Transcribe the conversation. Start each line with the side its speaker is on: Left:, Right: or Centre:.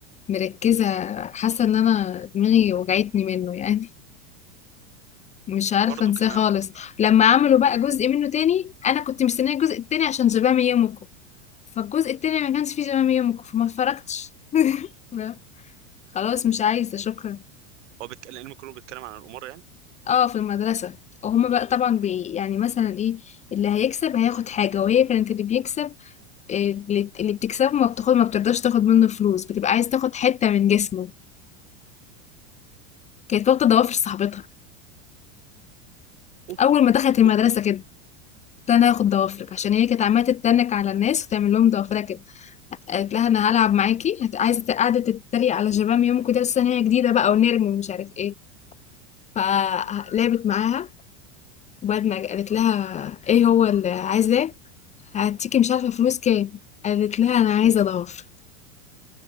Left: مركزة حاسة إن أنا دماغي وجعتني منه يعني مش عارفة
Right: برضه
Left: أنساه
Right: كمان
Left: خالص لما عملوا بقى جزء منه تاني أنا كنت مستنية الجزء التاني عشان جبام يومكو فالجزء التاني ما كانش فيه جبام يومكو فما اتفرجتش <laughs> لا، خلاص مش عايزة شكرا
Right: هو بيتكلم الانمي كله بيتكلم عن القمار يعني
Left: اه في المدرسة وهما بقى طبعا بي يعني مثلا ايه اللي هيكسب هياخد حاجة وهي كانت اللي بيكسب إيه، اللي اللي بتكسبه ما بتاخد ما بترضاش تاخد منه فلوس بتبقى عايز تاخد حتة من جسمه كانت واخدة ضوافر صاحبتها
Right: اوف
Left: أول ما دخلت المدرسة
Right: اوف
Left: كده قلت لها انا هاخد ضوافرك عشان هي كانت عمالة تتنك على الناس وتعمل لهم ضوافرها كده قالت لها انا هلعب معاكي هت... عايزة ت- قاعدة تتريق على شباب يوم كده لسه إن هي جديدة بقى ونرمي ومش عارف ايه فلعبت معاها وبدمج قالت لها ايه هو اللي عايزاه هديكي مش عارفه فلوس كام قالت لها انا عايزه ضعف